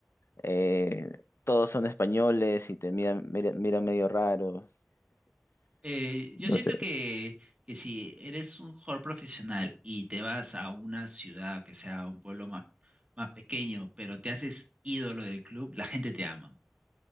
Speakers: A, on the left; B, on the right.
A: eh, todos son españoles y te miran, miran, miran medio raro.
B: Eh, yo
A: No
B: siento
A: sé,
B: que, que si eres un jugador profesional y te vas a una ciudad que sea un pueblo más, más pequeño, pero te haces ídolo del club, la gente te ama.